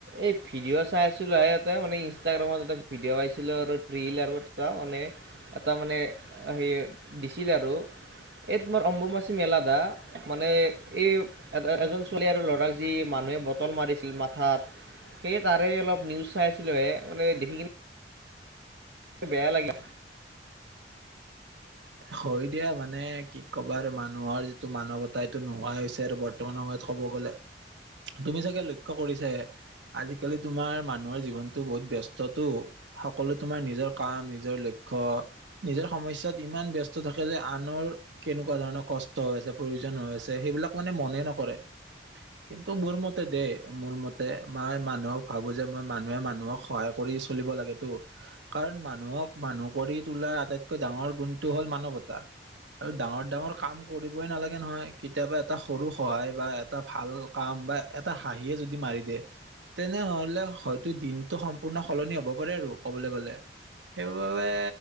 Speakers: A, on the right; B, on the right.
A: এই ভিডিঅ' চাই আছিলো <unintelligible> মানে ইনষ্টাগ্ৰামত এটা ভিডি দেৱাইছিলো আৰু ৰীল আৰু এটা মানে এটা মানে সে দিছিল আৰু। এই তোমাৰ অম্বুমাচি মেলা দা, মানে এই এ এজন ছোৱালী আৰু ল'ৰা যি মানুহে বটল মাৰিছিল মাথাত। সেয়ে তাৰে অলপ নিউজ চাই আছিলোহে মানে দেখি কিনে বেয়া লাগে
B: হয় দিয়া মানে কি ক'বা আৰু মানুহৰ যিটো মানৱতা এইটো নোহোৱা হৈছে আৰু বৰ্তমান সময়ত কব গলে তুমি চাগে লক্ষ্য কৰিছা আজিকালি তোমাৰ মানুহৰ জীৱনতটো বহুত ব্যস্ততো। সকলো তোমাৰ নিজৰ কাম, নিজৰ লক্ষ্য, নিজৰ সমস্যাত ইমান ব্যস থাকে যে আনৰ কেনেকুৱা ধৰণৰ কষ্ট হৈ আছে, প্ৰয়োজন হৈ আছে সেইবিলাক মানে মনে নকৰে। কিন্তু মোৰ মতে দেই, মোৰ মতে, মই মানুহক ভাবো যে, মই মানুহে মানুহক সহায় কৰি চলিব লাগেতো, কাৰণ মানুহক মানুহ কৰি তোলাৰ আটাইতকৈ ডাঙৰ গুণটো হ'ল ম মানৱতা। আৰু ডাঙৰ-ডাঙৰ কাম কৰিবই নালাগে নহয়, কেতিয়াবা এটা সৰু সহায় বা এটা ভাল কাম বা এটা হাঁহিয়ে যদি মাৰি দিয়ে। তেনেহলে হয়তো দিনটো সম্পূৰ্ণ সলনি হ'ব পাৰে আৰু কবলৈ গলে। সেইবাবে